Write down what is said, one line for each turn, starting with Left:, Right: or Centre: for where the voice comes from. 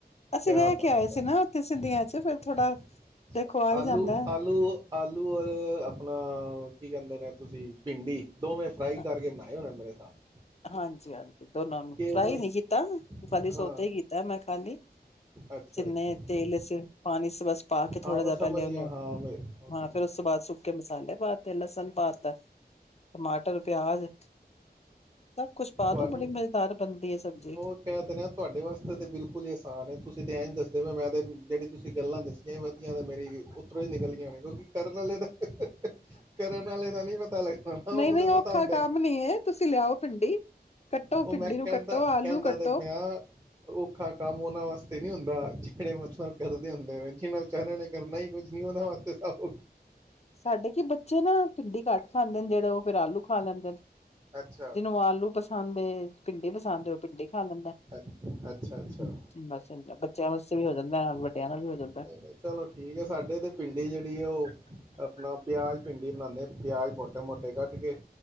Left: ਅਸੀਂ
Right: ਕਿਆ
Left: ਰਹਿ
Right: ਬਾਤ
Left: ਕੇ ਆਏ ਸੀ
Right: ਹੈ,
Left: ਨਾ ਉੱਥੇ ਸਿੰਧੀਆਂ
Right: ਅੱਛਾ
Left: ਚ ਫਿਰ ਥੋੜਾ ਦੇਖੋ ਆ ਹੀ
Right: ਆਲੂ-
Left: ਜਾਂਦਾ।
Right: ਆਲੂ- ਆਲੂ ਔਰ ਆਪਣਾ ਕੀ ਕਹਿੰਦੇ ਨੇ ਤੁਸੀਂ ਭਿੰਡੀ ਦੋਵੇਂ ਫਰਾਈ
Left: ਹੈ।
Right: ਕਰਕੇ ਬਣਾ। <unintelligible>
Left: ਹਾਂਜੀ -ਹਾਂਜੀ, ਦੋਨਾਂ ਨੂੰ
Right: ਉਵੇਂ
Left: ਫਰਾਈ
Right: ਹੀ?
Left: ਨੀ ਕੀਤਾ ਖਾਲੀ
Right: ਹਾਂ
Left: ਸੋਤੇ ਹੀ ਕੀਤਾ ਮੈਂ ਖਾਲੀ,
Right: ਅੱਛਾ
Left: ਜਿੰਨੇ
Right: ਅੱਛਾ ਅੱਛਾ
Left: ਤੇਲ ਚ ਪਾਣੀ ਬਸ ਪਾ ਕੇ ਥੋੜਾ
Right: ਹਾਂ ਮੈਂ
Left: ਜਹਾ
Right: ਸਮਝ
Left: ਪਹਿਲੇ
Right: ਗਿਆ
Left: ਉਹਨੂੰ
Right: ਹਾਂ ਮੈਂ ਉਹਨੂੰ
Left: ਹਾਂ ਫੇਿਰ ਉਸ ਤੋਂ ਬਾਅਦ ਸੁੱਕੇ ਮਸਾਲੇ ਪਾ ਤੇ ਲਸਨ ਪਾ ਤ ਟਮਾਟਰ, ਪਿਆਜ ਸਭ ਕੁਛ ਪਾ
Right: ਤੁਹਾਨੂੰ,
Left: ਦੋ ਬੜੀ ਮਜ਼ੇਦਾਰ ਬਣਦੀ ਹੈ ਸਬਜ਼ੀ
Right: ਉਹ ਕਹਿ ਤੇ ਰਿਹਾ ਤੁਹਾਡੇ ਵਾਸਤੇ ਤਾਂ ਬਿਲਕੁਲ ਹੀ ਆਸਾਨ ਤੁਸੀਂ ਤੇ ਐਂ ਦੱਸ ਮੈਂ ਜਿਹਣੀੀ ਤੁਸੀਂ <unintelligible> ਗੱਲਾਂ ਦੱਸੀਆਂ ਹੀ ਵਧਿਆ ਤੇ ਮੇਰੀ ਉੱਤਰੋਂ ਹੀ ਨਿਕਲੀਆਂ ਨੇ ਕਿਉਂਕਿ ਕਰਨ ਵਾਲੇ ਦਾ ਕਰਨ ਵਾਲੇ ਦਾ ਨਹੀਂ ਪਤਾ ਲੱਗਦਾ। ਉਹਨੂੰ
Left: ਨਹੀਂ ਨਹੀਂ
Right: ਤਾਂ ਪਤਾ
Left: ਔਖਾ
Right: ਹੁੰਦਾ।
Left: ਕੰਮ ਨੀ ਹੈ ਤੁਸੀਂ ਲਿਆਓ ਭਿੰਡੀ ਕੱਟੋ
Right: ਉਹ
Left: ਭਿੰਡੀ
Right: ਮੈਂ ਕਹਿੰਦਾ
Left: ਨੂੰ ਕੱਟੋ ਆਲੂ
Right: -ਕਹਿੰਦਾ
Left: ਕੱਟੋ
Right: ਤੇ ਪਿਆ ਔਖਾ ਕੰਮ ਉਹਨਾਂ ਵਾਸਤੇ ਨ ਹੁੰਦਾ। ਜਿਹੜੇ ਮਤਲਬ ਕਰਦੇ ਹੁੰਦੇ ਨੇ ਜਿਨਾਂ ਵਿਚਾਰਿਆਂ ਨੇ ਕਰਨਾ ਹੀ ਕੁੱਝ ਨੀ ਉਹਨਾਂ ਵਾਸਤੇ ਸਭ
Left: ਸਾਡੇ ਕੀ ਬੱਚੇ ਨਾ ਭਿੰਡੀ ਘੱਟ ਖਾਂਦੇ ਨੇ ਜਿਹੜੇ ਉਹ ਫੇਿਰ ਆਲੂ ਖਾ ਲੈਂਦੇ ਨੇ।
Right: ਅੱਛਾ
Left: ਜਿਨੂੰ ਆਲੂ ਪਸੰਦ ਥਾਂ ਦੇ ਪਿੰਡ ਪਸੰਦ ਹੋ ਡਿੰਡੀ ਖਾ ਲੈਂਦਾ।
Right: ਅੱਛਾ ਅੱਛਾ ਅੱਛਾ
Left: ਹ ਬਸ ਬੱਚਿਆਂ ਵ ਵੀ ਹੋ ਜਾਂਦਾ।
Right: ਨਹੀਂ,
Left: ਦਾ ਵੀ ਹੋ ਜਾਂਦਾ
Right: ਨਹੀਂ ਚਲੋ ਠੀਕ ਹੈ ਸਾਡੇ ਤੇ ਪਿੰਡੀ ਜਿਹੜੀ ਆ ਉਹ ਆਪਣਾ ਪਿਆਜ, ਭਿੰਡੀ ਬਣਾਉਂਦੇ ਪਿਆਜ ਮੋਟੇ- ਮੋਟੇ ਕੱਟ ਕੇ